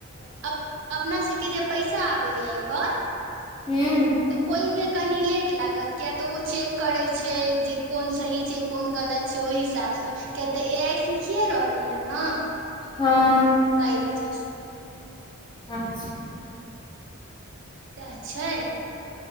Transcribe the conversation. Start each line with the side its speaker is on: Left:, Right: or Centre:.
Right: अप अपना सबके जे पैसा आबैया अई पर
Left: हूँ
Right: तऽ ओईमें क कनि लेट लागत किया तऽ ओ चेक करैय छैजे कोन सही छैकोन गलत छैइ ओहि हिसाब से तऽ किया तऽ ए आइ सीखिए रहलैइ हैय न
Left: हँ
Right: तइ बजह से
Left: अच्छा
Right: सएह छै